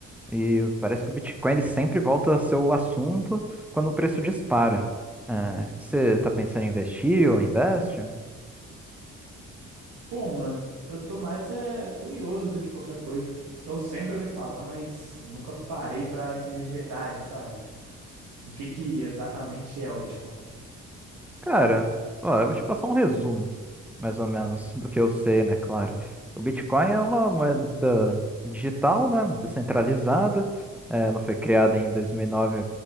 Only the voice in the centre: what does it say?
E parece que o Bitcoin ele sempre volta a ser o assunto quando o preço dispara. Ah, você tá pensando em investir ou investe?
Cara, ó, eu vou te passar um resumo, mais ou menos, do que eu sei, né? Claro. O Bitcoin é uma moeda digital, né? Descentralizada. Eh, Ela foi criada em 2009,